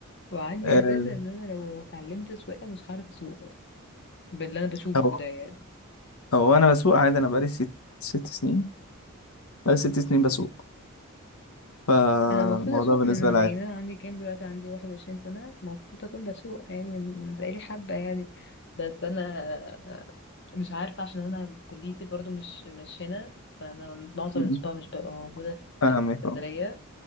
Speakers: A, on the left (about 55°); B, on the left (about 75°).
A: وعندي
B: آه،
A: احساس ان انا لو اتعلمت سواقة مش هعرف اسوق برضه باللي انا بشوفه
B: هو
A: ده يعني
B: هو انا بسوق عادي انا بقالي ست ست سنين بقالي ست سنين بسوق فالموضوع
A: انا المفروض اسوق
B: بالنسبة
A: من
B: لي عادي
A: يعني انا عندي كام دلوقتي عندي 21 سنه المفروض اكون بسوق يعني من بقالي حبه يعني بس انا مش عارفه عشان انا كليتي برضو مش مش هنا فانا معظم
B: م-
A: الاسبوع
B: م.
A: مش ببقى موجوده
B: فاهمك
A: في في اسكندريه
B: اه